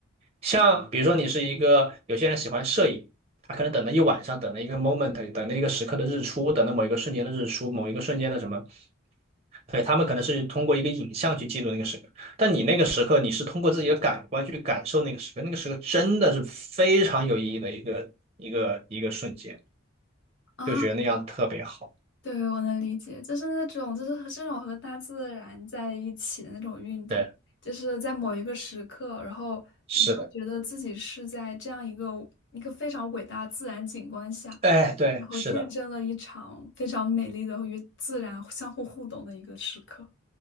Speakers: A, on the right; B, on the left.
A: 像比如说你是一个，有些人喜欢摄影，他可能等了一晚上，等了一个 moment，等了一个时刻的日出，等了某一个瞬间的日出，某一个瞬间的什么，对，他们可能是通过一个影像去记录那个时刻，但你那个时刻，你是通过自己的感官去感受那个时刻，那个时刻真的是非常有意义的一个一个一个瞬间，
B: 啊，
A: 就觉得那样特别好。
B: 对，我能理解，就是那种，就是和这种和大自然在一起的那种运动，
A: 对，
B: 就是在某一个时刻，然后你就会觉得自己是在这样一个一个非常伟大的自然景观下，
A: 是的，哎，对，
B: 然后见证了一场非常美丽的与自然相互互动的一个时刻。
A: 是的。